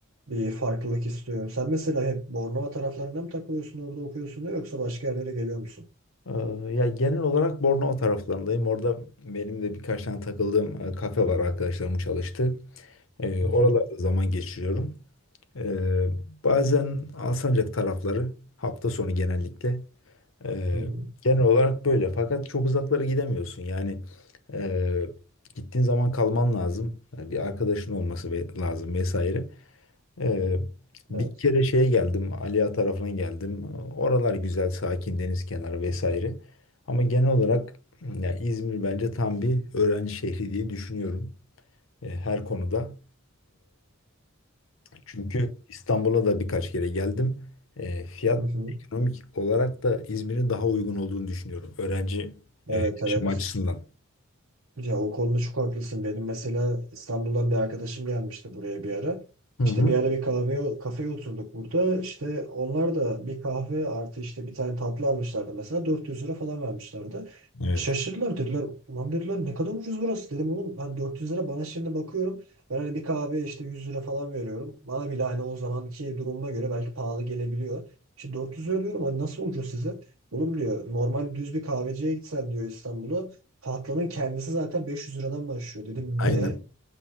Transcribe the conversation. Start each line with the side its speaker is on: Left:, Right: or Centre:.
Right: Bir farklılık istiyor. Sen mesela hep Bornova taraflarında mı takılıyorsun orada okuyorsun da yoksa başka yerlere geliyor musun?
Left: Ee, Ya genel olarak Bornova taraflarındayım. Orada benim de birkaç tane takıldığım e, kafe var arkadaşlarım çalıştı. Ee,
Right: Hı
Left: Oralarda
Right: hı.
Left: zaman geçiriyorum. Ee, Bazen Alsancak tarafları hafta sonu genellikle. Ee,
Right: Hı hı.
Left: genel olarak böyle. Fakat çok uzaklara gidemiyorsun. Yani e, gittiğin zaman kalman lazım. Yani Bir arkadaşın olması ve- lazım vesaire. Ee, bir
Right: Evet.
Left: kere şeye geldim. Aliya tarafına geldim. Oralar güzel, sakin, deniz kenarı vesaire. Ama genel olarak ya İzmir bence tam bir öğrenci şehri diye düşünüyorum. E, her konuda. Çünkü İstanbul'a da birkaç kere geldim. E, fiyat
Right: Hı hı.
Left: ekonomik olarak da İzmir'in daha uygun olduğunu düşünüyorum. Öğrenci e,
Right: Evet
Left: yaşam
Right: evet.
Left: açısından.
Right: Ya o konuda çok haklısın. Benim mesela İstanbul'dan bir arkadaşım gelmişti buraya bir ara.
Left: Hı hı.
Right: İşte bir ara bir kahve kafeye oturduk burada. İşte onlar da bir kahve artı işte bir tane tatlı almışlardı mesela 400 lira falan vermişlerdi.
Left: Evet.
Right: Şaşırdılar dediler. Ulan dediler ne kadar ucuz burası. Dedim oğlum ben 400 lira bana şimdi bakıyorum. Ben hani bir kahve işte 100 lira falan veriyorum. Bana bile hani o zamanki durumuma göre belki pahalı gelebiliyor. İşte 400 lira diyorum hani nasıl ucuz size? Oğlum diyor normal düz bir kahveciye gitsen diyor İstanbul'a Tatlının kendisi zaten 500 liradan başlıyor. Dedim
Left: <laughs> Aynen.
Right: ne?